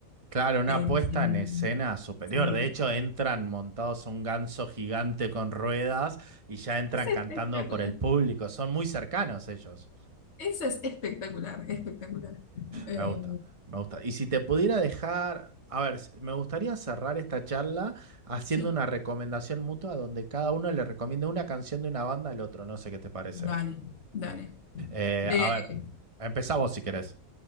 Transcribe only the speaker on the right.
Claro, una
puesta
en escena superior.
De hecho, entran montados un ganso gigante con ruedas y ya entran
cantando por el público. Son muy cercanos ellos.
Me gusta, me gusta. Y si te pudiera dejar, a ver, s- me gustaría cerrar esta charla haciendo
una recomendación mutua donde cada uno le recomiende una canción de una banda al otro. No sé qué te parece.
Eh,
a ver, empezá vos si querés.